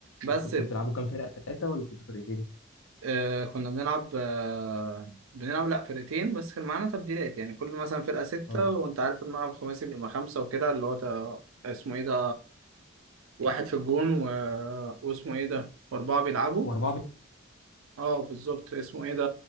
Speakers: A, on the right; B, on the left.
A: بس
B: انتوا كنتوا بتلعبوا كام فرقه ثلاثه ولا كنتوا فرقتين
A: آه كنا بنلعب آه بنلعب لا فرقتين بس كان معانا تبديلات يعني كل مثلا فرقه سته
B: اه
A: وانت عارف الملعب الخماسي بيبقى خمسه وكده اللي هو تا- اسمه ايه ده واحد في الجون و... واسمه ايه ده واربعه بيلعبوا
B: واربعه بي-
A: اه بالظبط اسمه ايه ده